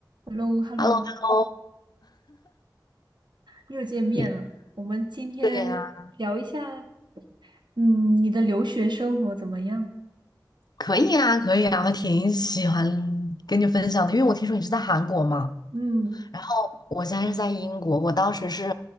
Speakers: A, on the right; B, on the left.
A: h e l l o h e l
B: Hello，Hello，
A: l o 又见面了。
B: 你
A: 我们今天聊一下，
B: 对呀、
A: 嗯，你的留学生活怎么样？
B: 可以啊，可以啊，还挺喜欢跟你分享的，因为我听说你是在韩国嘛，
A: 嗯，
B: 然后我现在是在英国，我当时是，